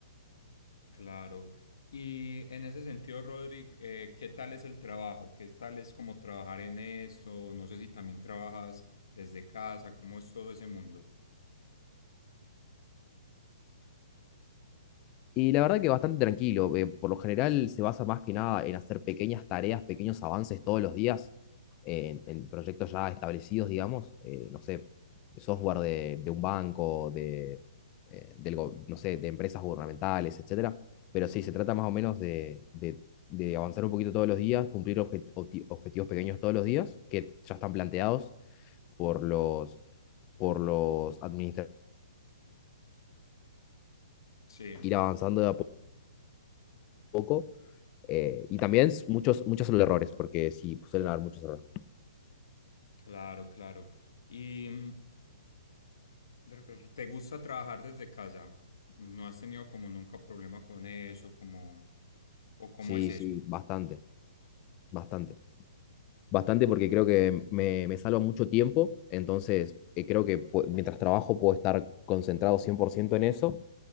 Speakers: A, on the left; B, on the left.
A: Claro. Y en ese sentido, Rodri, eh, ¿qué tal es el trabajo? ¿Qué tal es como trabajar en esto? No sé si también trabajas desde casa, ¿cómo es todo ese mundo?
B: Y la verdad que bastante tranquilo. eh, por lo general se basa más que nada en hacer pequeñas tareas, pequeños avances todos los días eh, en, en proyectos ya establecidos, digamos. eh, no sé, software de, de un banco, de, eh, del go- no sé, de empresas gubernamentales, etcétera. Pero sí, se trata más o menos de, de- de avanzar un poquito todos los días, cumplir obje- obti- objetivos pequeños todos los días que ya están planteados por los, por los administradores,
A: Sí.
B: ir avanzando de a poco Eh, y también muchos, muchos son los errores, porque sí, suelen haber muchos errores.
A: Claro, claro. ¿Y mm, r- r- te gusta trabajar desde casa? ¿No has tenido como nunca problema con eso? Como, ¿o cómo
B: Sí,
A: es eso?
B: sí, bastante, bastante. Bastante porque creo que me, me salva mucho tiempo, entonces eh, creo que pu- mientras trabajo puedo estar concentrado 100% en eso